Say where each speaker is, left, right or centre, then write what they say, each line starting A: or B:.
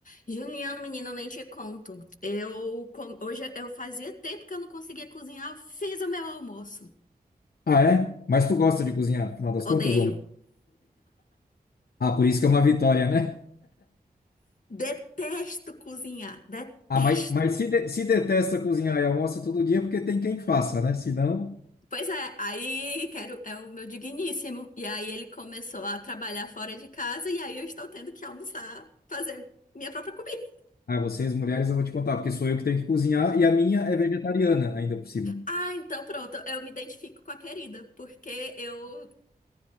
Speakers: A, on the left; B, on the left.
A: Juliano, menina, eu nem te conto. Eu com- hoje eu fazia tempo que eu não conseguia cozinhar, eu fiz o meu almoço.
B: Ah, é? Mas tu gosta de cozinhar, afinal das
A: Odeio.
B: contas, ou não? Ah, por isso que é uma vitória, né?
A: Detesto cozinhar, detesto.
B: Ah, mas, mas se, de- se detesta cozinhar e almoça todo dia, é porque tem quem faça, né? Se não,
A: Pois é, aí quero é o meu digníssimo. E aí ele começou a trabalhar fora de casa e aí eu estou tendo que almoçar, fazer minha própria comida.
B: ah, vocês mulheres eu vou te contar, porque sou eu que tenho que cozinhar e a minha é vegetariana ainda por cima.
A: Ah, então pronto, eu me identifico com a querida, porque eu,